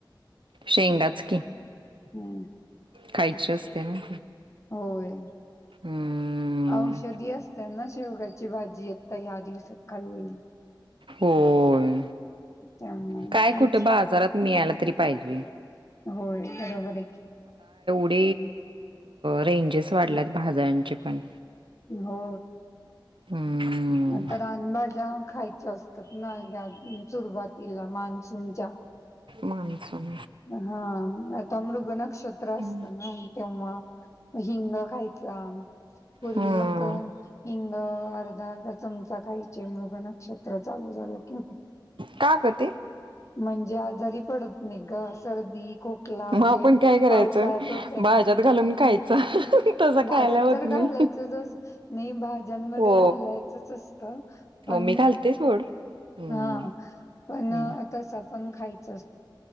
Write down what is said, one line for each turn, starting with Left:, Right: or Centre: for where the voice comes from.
Right: शेंगाच की
Left: हम्म
Right: खायची असते ना.
Left: होय
Right: हं,
Left: औषधी असत ना शेवगयची भाजी येत त या दिवसतकाल येई
Right: होय
Left: त्यामुळे
Right: काय
Left: खायची
Right: कुठ बाजारात मिळाला तरी पाहिजे
Left: होय बरोबर आहे
Right: थ रेंजेस वाढल्यात भाज्यांचे पण
Left: हो
Right: हम्म
Left: आता अनबाज्या खायच्या असत. ना सुरुवातीला मान्सूनच्या
Right: मान्सून
Left: हा आता मृग नक्षत्र असतं
Right: हम्म
Left: ना तेव्हा हिंग खायच पूर्वी
Right: हम्म
Left: लोक. हिंग अर्धा अर्धा चमचा काही मृग नक्षत्र चालू झालं कि
Right: का ग ते?
Left: म्हणजे आजारी पडत नाही ग सर सर्दी खोकला
Right: मग आपण
Left: जे
Right: काय करायचं
Left: पावसाळ्यात होत
Right: भाज्यात
Left: ना
Right: घालून खायचं तसं
Left: भाज्यात
Right: खायला होत
Left: तर घालायचं
Right: नाही.
Left: नाही भाज्यांमध्ये
Right: हो
Left: घालायचं असत पण
Right: हो मी घालते सोड. हम्म
Left: हा पण
Right: हम्म
Left: आता पण खायच